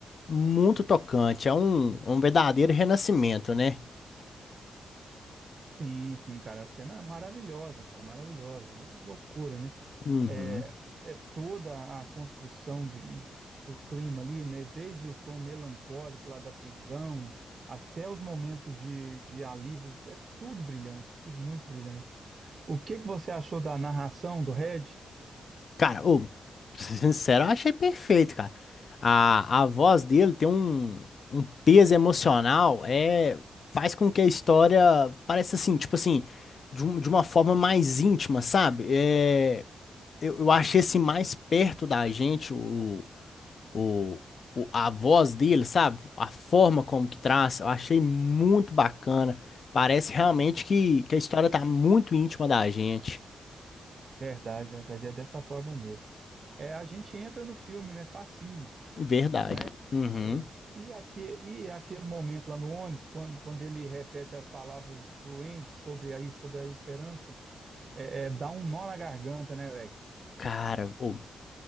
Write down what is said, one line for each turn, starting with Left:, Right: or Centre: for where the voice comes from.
Left: muito tocante. É um, um verdadeiro renascimento, né?
Right: Sim, sim, cara. A cena é maravilhosa, cara, maravilhosa. Uma Loucura, né?
Left: Uhum.
Right: É, é toda a construção do, do clima ali, né? Desde o tom melancólico lá da prisão até os momentos de, de alívio. É tudo brilhante, tudo muito brilhante. O que que você achou da narração do Red?
Left: Cara, ô, pra ser sincero, eu achei perfeito, cara. A, a voz dele tem um, um peso emocional, é, faz com que a história pareça assim, tipo assim, de, um- de uma forma mais íntima, sabe? É, eu, eu achei assim mais perto da gente o, o, o- a voz dele, sabe? A forma como que traz, eu achei muito bacana. Parece realmente que, que a história tá muito íntima da gente.
Right: Verdade, verdade. É dessa forma mesmo. É, a gente entra no filme, né? Facinho,
Left: Verdade.
Right: não é?
Left: Uhum.
Right: E, e, aque, e aquele momento lá no ônibus, quando, quando ele repete as palavras do Andy sobre a, sobre a esperança, é, é, dá um nó na garganta, né, velho?
Left: Cara, ô.